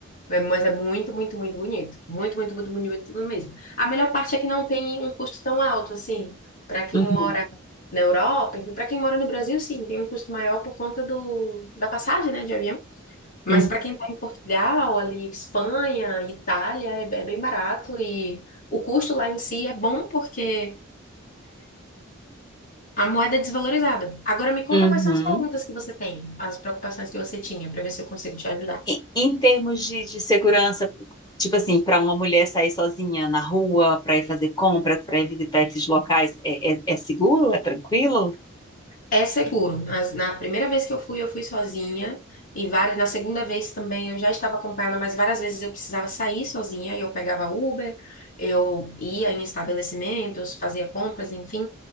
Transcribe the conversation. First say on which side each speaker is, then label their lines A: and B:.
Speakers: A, on the left (about 40°); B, on the left (about 20°).
A: É, Mas é muito, muito, muito bonito. Muito, muito, muito bonito mesmo. A melhor parte é que não tem um custo tão alto assim. Para quem
B: Uhum.
A: mora na Europa, enfim, para quem mora no Brasil, sim, tem um custo maior por conta do, da passagem, né, de avião. Mas
B: Uhum.
A: para quem está em Portugal, ali, Espanha, Itália, é, é bem barato e o custo lá em si é bom porque a moeda é desvalorizada. Agora me conta
B: Uhum.
A: quais são as perguntas que você tem, as preocupações que você tinha, para ver se eu consigo te ajudar.
B: Em, em termos de, de segurança, tipo assim, para uma mulher sair sozinha na rua, para ir fazer compra, para ir visitar esses locais, é, é, é seguro? É tranquilo?
A: É seguro. As- na primeira vez que eu fui, eu fui sozinha. E várias, na segunda vez também eu já estava acompanhada, mas várias vezes eu precisava sair sozinha, e eu pegava Uber, eu ia em estabelecimentos, fazia compras, enfim.